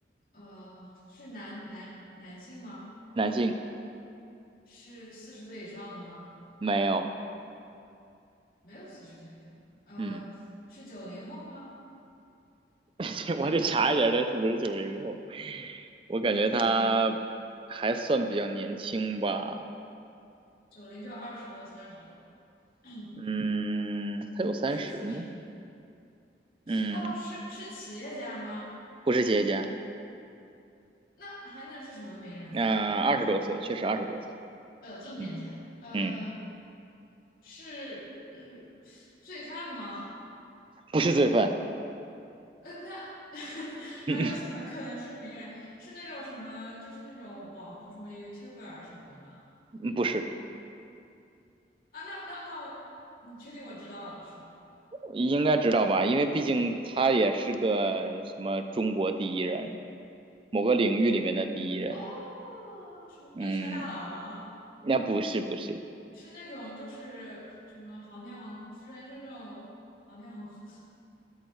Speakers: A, on the left; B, on the right.
A: 呃，是男男男性吗？
B: 男性，
A: 是四十岁以上的吗？
B: 没有，
A: 没有四十岁以上，呃，
B: 嗯，
A: 是九零后吗？
B: <laughs> 我得查一下他是不是九零后，我感觉他还算比较年轻吧，
A: 九零就二十多、三十多了 <clears throat>
B: 嗯，他有三十吗？
A: 不是四十。
B: 嗯，
A: 哦，是是企业家吗？
B: 不是企业家。
A: 那还能是什么名人呢？
B: 那二十多岁，确实二十多岁，
A: 呃，这么年轻啊呃，
B: 嗯嗯，
A: 是呃罪犯吗？
B: 不是罪犯，
A: 呃，那 <laughs>
B: <laughs>
A: 还有什么可能是名人？是那种什么，就是那种网红，什么 YouTuber 啊什么的吗？
B: 嗯不是，
A: 啊，那那那我，你确定我知道了是吧？
B: 应该知道吧？因为毕竟他也是个什么中国第一人，某个领域里面的第一人，
A: 哦，什么币圈大佬吗？
B: 嗯，那不是不是，
A: 是那种就是什么航天航，不是就那种航天航空，